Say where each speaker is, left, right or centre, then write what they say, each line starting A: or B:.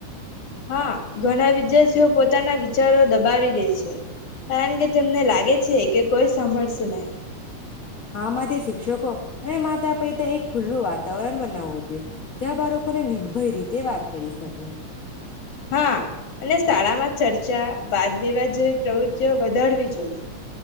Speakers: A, on the left; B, on the left.
A: હા. ઘણા વિદ્યાર્થીઓ પોતાના વિચારો દબાવી દે છે, કારણ કે તેમને લાગે છે કે કોઈ સાંભળશે નહી.
B: આ માટે શિક્ષકો અને માતા પિતા એક ખુલ્લું વાતાવરણ બનાવવું જોઈએ. જ્યાં બાળકોને નિર્ભય રીતે વાત કરી શકે.
A: હા અને શાળામાં ચર્ચા, વાદ વિવાદ જેવી પ્રવૃત્તિઓ વધારવી જોઈએ.